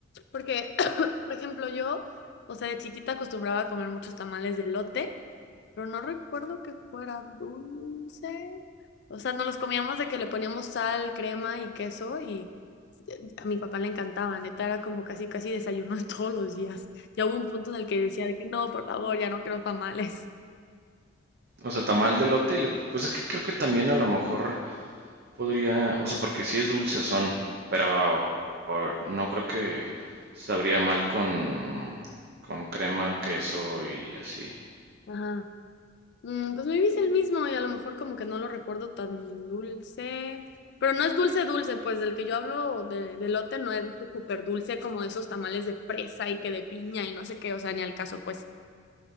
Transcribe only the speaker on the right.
O sea, tamal de elote y le, pues es que creo que también a lo mejor podría, o sea, porque sí es dulce son, pero o- no creo que sabría mal con con crema, queso y así.